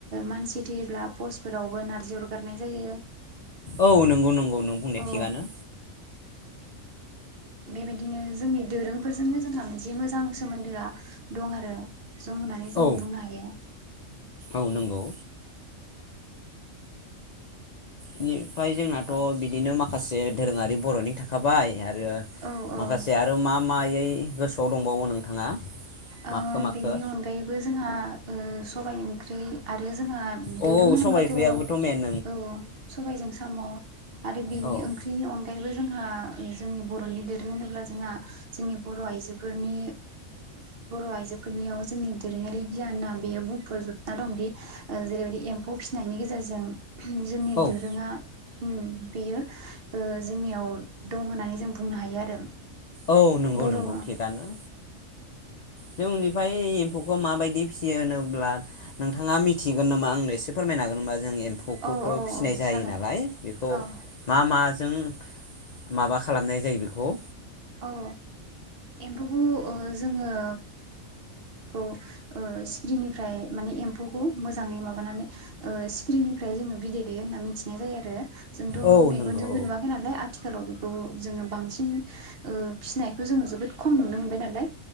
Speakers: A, on the right; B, on the left.
A: मानसि थैयोब्ला पस्फोरावबो नारजि अरगारनाय जायो।
B: औ नंगौ नंगौ नों बुंनाया
A: औ
B: थिगानो।
A: बेबायदिनो जोंनि दोरोंफोरजोंनो जोंहा मोनसे मोजां सोमोन्दोआ दं आरो। जं होननानै जों
B: औ
A: बुंनो हायो।
B: औ नंगौ बि ओमफ्राय जोंनाथ'
A: औ
B: बिदिनो माखा माखासे धोरोङारि बर'नि थाखाबाय ओ
A: औ औ
B: माखासे आरो मा मा गासै गोसोआव दंबावो नोंथाङा?
A: ओ
B: माखो माखो
A: बेनि अनगायैबो जोंहा ओ सबाइ ओंख्रि आरो जोंहा
B: औ
A: दोरों
B: औ
A: होनोब्लाथ'
B: सबाइ ओंख्रियाबोथ'
A: औ
B: मेन
A: सबायाइजों साम' आरो बेनि
B: ओं
A: ओंख्रिनि अनगायैबो जों जोंहा जोंनि बर'नि दोरों होनोब्ला जोंहा जोंनि बर' आइजोफोरनि ओ बर' आइजोफोरनियाव जोंनि दोरोङारि गियाना बेयो बुंफबजोबना दंदि जेरैबायदि एम्फौ फिसिनायनि गेजेरजों उम जोंनि
B: ओं
A: दोरोङा
B: औ
A: उम बेयो ओ जोंनियाव दं होननानै जों बुंनो हायो आरो।
B: औ नंगौ
A: बर'
B: नंगौ
A: औ
B: थिगानो। जों उननिफ्राय एम्फौखौ माबायदि फियो होनोब्ला नोंथाङा मिथिगोन नामा आंनो एसे फोरमायनो हागोन नामा? जों एम्फौखौथ'
A: औ औ
B: फिसिनाय जायो
A: जागोन
B: नालाय बेखौ
A: औ
B: मा मा माजों माबा खालामनाय जायो बेखौ
A: औ एम्फौखौ ओ जोङो <unintelligible> ओ सिखिरिनिफ्राय माने एम्फौखौ मोजाङै माबानानै ओ सिख्रिनिफ्राय जोङो बिदै दैेयो होनना मिथिनाय जायो आरो जोंथ'
B: औ
A: मेगनजोंबो
B: नंगौ
A: नुवाखै नालाय? आथिखालाव बेखौ जोङो बांसिन ओ फिनायखौ जोङो जोबोद खम नुनो मोनबाय नालाय।